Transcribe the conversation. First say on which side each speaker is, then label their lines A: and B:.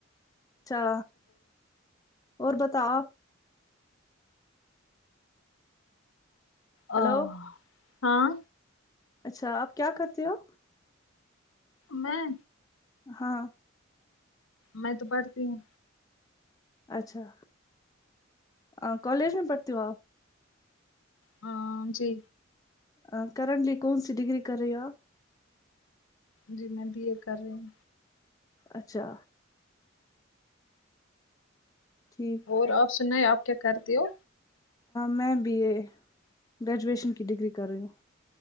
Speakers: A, on the left; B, on the left.
A: اچھا اور بتاؤ آپ
B: اں
A: ہلو
B: ہاں
A: اچھا آپ کیا کرتے ہو
B: میں
A: ہاں
B: میں تو پڑھتی ہوں
A: اچھا آ کالج میں پڑھتی ہو آپ
B: ہاں جی
A: آپ کرنٹلی کون سی ڈگری کر رہی ہو آپ
B: جی میں بی اے کر رہی ہوں
A: اچھا ٹھیک
B: اور آپ سناے آپ کیا کرتے ہو
A: میں بی اے گریجویشن کی ڈگری کر رہی ہوں